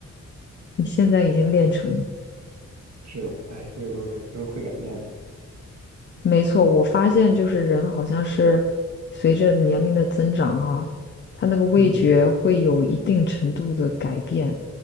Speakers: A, on the left; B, on the right.
A: 你现在已经练成了。
B: 是的，哎，这个东西都是会改变的。
A: 没错，我发现就是人好像是随着年龄的增长啊，他那个味觉会有一定程度的改变。
B: 嗯